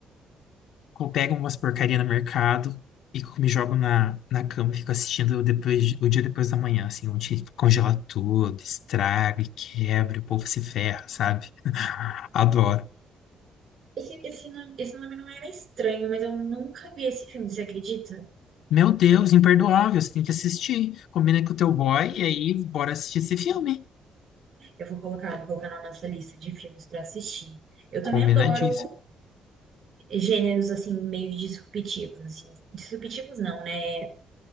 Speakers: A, on the left; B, on the right.
A: eu pego umas porcaria no mercado e co- me jogo na, na cama e fico assistindo depois, de- o dia depois da manhã, assim, onde congela tudo, estraga e quebra, e o povo se ferra, sabe? <laughs> Adoro.
B: Esse, esse, nome, esse nome não era estranho, mas eu nunca vi esse filme, você acredita?
A: Meu Deus, imperdoável, você tem que assistir. Combina com o teu boy e aí bora assistir esse filme.
B: Eu vou colocar, vou colocar na nossa lista de filmes pra assistir. Eu também
A: Combinadíssimo.
B: adoro gêneros assim meio disruptivos, assim. Disruptivos não, né?